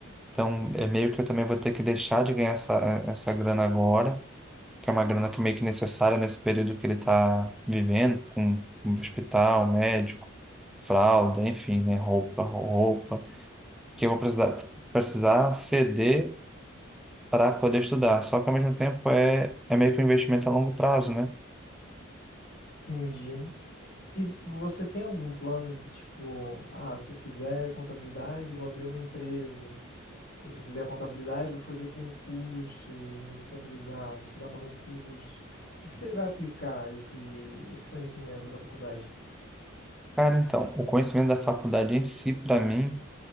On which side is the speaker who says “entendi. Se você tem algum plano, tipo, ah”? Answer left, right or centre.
Left